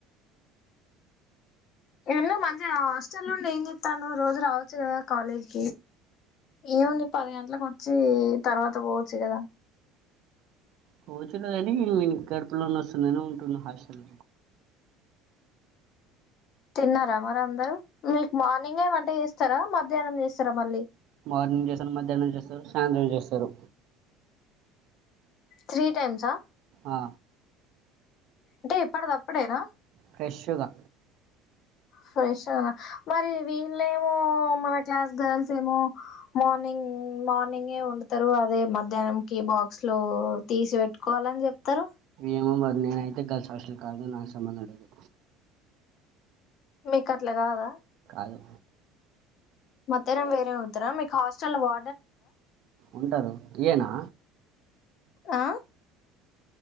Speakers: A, on the left; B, on the right.
A: ఎన్నో మంచి ఆ హాస్టల్ల్లో నుండి ఏం తను రోజు రావచ్చు కదా కాలేజ్ కి ఏముంది పది గంట్లక్ వచ్చి తర్వాత పోవచ్చు కదా
B: కూచుండేదని నేను కడుపు లో నొస్తుందని ఉంటున్నా హాస్టల్
A: తిన్నారా మరి అందరు మీకు మార్నింగే వంట చేస్తారా మధ్యాహ్నం చేస్తారా మళ్ళీ
B: మార్నింగ్ చేస్తారు మధ్యాహ్నం చేస్తారు సాయంత్రం చేస్తారు
A: త్రీ టైమ్సా
B: ఆ
A: అంటే ఎప్పడిది అప్పుడేనా
B: ఫ్రష్ గా
A: ఫ్రెష్ మరి వీళ్లేమో మన క్లాస్ గర్ల్స్ ఏమో మార్నింగ్ మార్నింగే వండుతారు అదే మధ్యాహ్నం కి బాక్స్ లోతీసి పెట్టుకోవాలని చెప్తరు
B: ఏమో మరి నేనైతే గల్స్ హస్టల్ కాదు నాకు సంబందం లేదు
A: మీకు అట్ల గాదా
B: కాదు
A: మద్యానం వేర్ అవుతరా మీక్ హాస్టల్ వా
B: ఉంటారు ఈయనా
A: ఆ